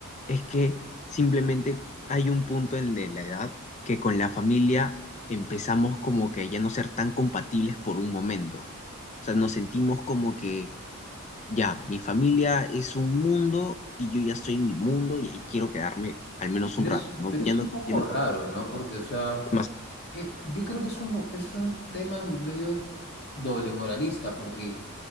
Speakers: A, on the left (about 30°); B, on the left (about 50°).
A: es que simplemente hay un punto en de la edad que con la familia empezamos como que ya no ser tan compatibles por un momento. O sea, nos sentimos como que ya, mi familia es un mundo y yo ya estoy en mi mundo y ahí quiero quedarme al menos
B: Pero
A: un rato,
B: es,
A: ¿no?
B: pero
A: Ya
B: es
A: no,
B: un poco
A: ya no
B: raro, ¿no? Porque, o sea,
A: más.
B: eh, yo creo que es un, es un tema medio doble moralista, porque